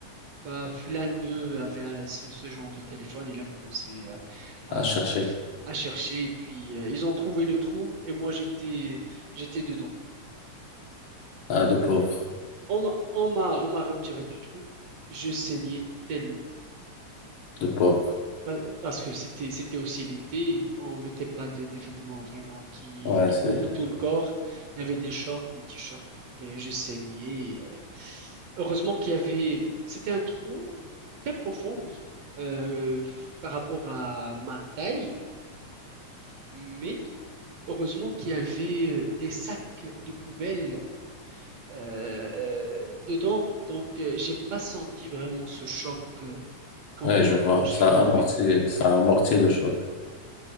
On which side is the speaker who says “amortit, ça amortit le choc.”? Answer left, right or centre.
Left